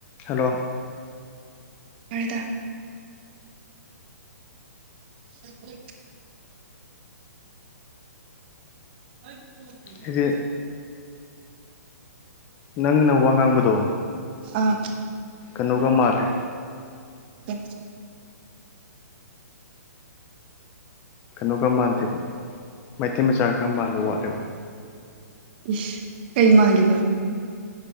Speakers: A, on the left (about 20°); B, on the right (about 35°).
A: hello
B: ꯇꯥꯔꯦ ꯇꯥ <unintelligible> <unintelligible>
A: ꯑꯩꯗꯤ ꯅꯪꯅ ꯋꯥ ꯉꯥꯡꯕꯗꯣ
B: ꯑ
A: ꯀꯩꯅꯣꯒ ꯃꯥꯜꯂꯦ
B: <unintelligible>
A: ꯀꯩꯅꯣꯒ ꯃꯥꯟꯗꯦꯕ ꯃꯩꯇꯩ ꯃꯆꯥ ꯈꯔ ꯃꯥꯟꯕ ꯋꯥꯠꯂꯦꯕ
B: ꯏꯁ ꯀꯩ ꯃꯥꯜꯂꯤꯕ